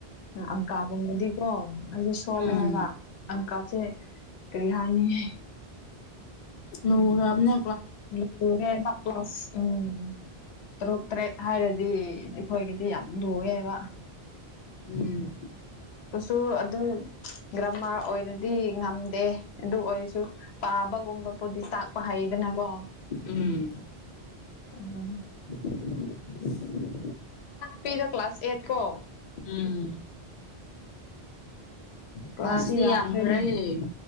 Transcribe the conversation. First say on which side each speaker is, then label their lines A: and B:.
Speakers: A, on the left; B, on the left.
A: ꯑꯪꯀꯥꯒꯨꯝꯕꯗꯤꯀꯣ ꯁꯣꯜꯂꯦ
B: ꯎꯝ
A: ꯍꯥꯏꯕ ꯑꯪꯀꯁꯦ ꯀꯔꯤ ꯍꯥꯏꯅꯤ
B: ꯅꯨꯕꯅꯦ
A: <unintelligible> ꯎꯝ <unintelligible> ꯇꯔꯨꯛ ꯇꯔꯦꯠ ꯍꯥꯏꯔꯗꯤ ꯑꯩꯈꯣꯏꯒꯗꯤ ꯌꯥꯝ ꯂꯨꯉꯦꯕ
B: ꯎꯝ
A: ꯁꯣ ꯑꯗꯨ ꯒ꯭ꯔꯃꯥꯔ ꯑꯣꯏꯅꯔꯗꯤ ꯉꯝꯗꯦ ꯑꯗꯨ ꯑꯣꯏꯔꯁꯨ ꯄꯥꯕꯒꯨꯝꯕ ꯄꯣꯗꯤ ꯇꯥꯛꯄ ꯍꯩꯗꯅꯀꯣ
B: ꯎꯝ
A: ꯎꯝ
B: <inaudible> <inaudible>
A: ꯐꯤꯔꯗ ꯀ꯭ꯂꯥꯁ ꯑꯩꯠ ꯀꯣ
B: ꯎꯝ
A: ꯀ꯭ꯂꯥꯁꯇ
B: ꯀ꯭ꯂꯥꯁꯇꯤ
A: ꯌꯥꯝ
B: ꯌꯥꯝꯈ꯭ꯔꯦ
A: ꯐꯩꯅꯦ